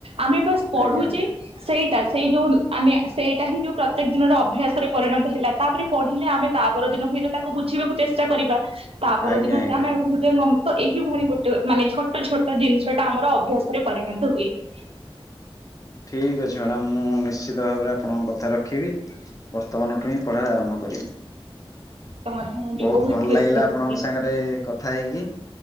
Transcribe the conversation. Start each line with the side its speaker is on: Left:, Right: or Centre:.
Right: ଆମେ ବାସ୍ ପଢୁଚେ
Left: ଆଜ୍ଞା ଆଜ୍ଞା
Right: ସେଇଟା ସେଇ ଯେଉଁ ଆମେ ସେଇଟା ହିଁ ଯେଉଁ ପ୍ରତ୍ୟେକ ଦିନର ଅଭ୍ୟାସରେ ପରିଣତ ହେଲା। ତାପରେ ପଢ଼ିଲେ ଆମେ ତା ପର ଦିନ ହୁଏତ ତାକୁ ବୁଝିବାକୁ ଚେଷ୍ଟା କରିବା ତା ପର
Left: ଆଜ୍ଞା
Right: ଦିନ
Left: ଆଜ୍ଞା।
Right: ଆମେ ଆ ହୃଦୟଙ୍ଗମ ଏହିଭଳି ଗୋଟେ ମାନେ ଛୋଟ ଛୋଟ ଜିନିଷ ଟା ଆମର ଅଭ୍ୟାସରେ ପରିଣତ ହୁଏ। <inaudible>
Left: ଠିକ୍ ଅଛି ମ୍ୟାଡ଼ାାମ ମୁଁ ନିଶ୍ଚିତ ଭାବରେ ଆପଣଙ୍କ କଥା ରଖିବି। ବର୍ତ୍ତମାନଠୁ ହିଁ ପଢ଼ା ଆରମ୍ଭ କରିବି।
Right: ତ ମଧ୍ୟ ମୁଁ ବି
Left: ବହୁତ ଭଲ
Right: ଖୁସି
Left: ଲାଗିଲା
Right: ହେବି
Left: ଆପଣଙ୍କ ସାଙ୍ଗରେ କଥା ହେଇକି